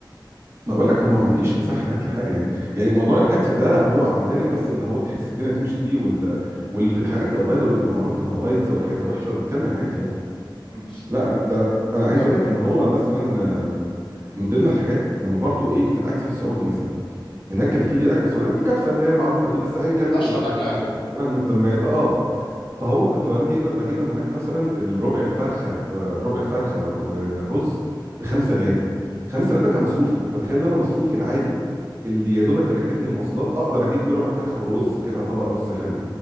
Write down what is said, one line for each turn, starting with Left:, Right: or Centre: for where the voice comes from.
Right: ما بقول لك هم ما فيش مساحه هناك لحاجه يعني يعني موضوع الاكل ده هو عندنا بس اللي هو تحس الدنيا بتمشي فيه وال... والحاجات بتبقى بايظه وبيبقى معروف انها بايظه وريحتها وحشه وبتكمل عادي يعني
Left: مم.
Right: لا لا ده انا عايز
Left: جر-
Right: اقول لك ان هو مثلا آم، من ضمن الحاجات لما برضو ايه في الاكل السعودي مثلا هناك كان في اكل سعودي الكبسه اللي هي معروفه دي بس ايا كان
Left: اشهر
Right: م- اخ-
Left: اكل عندهم
Right: اختلاف مسميات اه فهو كنت بجيب بجيبها من هناك مثلا الربع الفرخه آه، ربع فرخه ورز ب 5 ريال 5 ريال ده كان مصروفي فتخيل ان انا مصروفي العادي اللي يا دوبك يركبني المواصلات اقدر اجيب بيه ربع فرخه ورز كده طبق رز حلو